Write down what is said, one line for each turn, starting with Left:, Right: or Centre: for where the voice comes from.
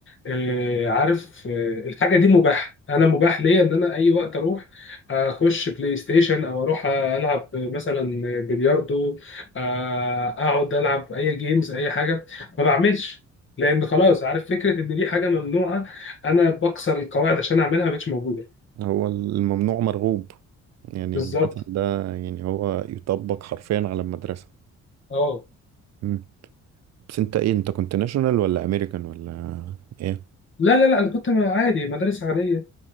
Left: آه عارف آه الحاجه دي مباحه انا مباح ليا ان انا اي وقت اروح اخش بلاي ستيشن او اروح العب مثلا بلياردو آه اقعد العب اي جيمز اي حاجه ما بعملش لان خلاص عارف فكره ان دي حاجه ممنوعه انا بكسر القواعد عشان اعملها ما بقتش موجوده
Right: هو الممنوع مرغوب يعني
Left: بالظبط
Right: المثل ده يعني هو يطبق حرفيا على المدرسة
Left: اه
Right: مم. بس انت ايه انت كنت ناشونال ولا امريكان ولا ايه
Left: لا لا لا انا كنت عادي مدارس عاديه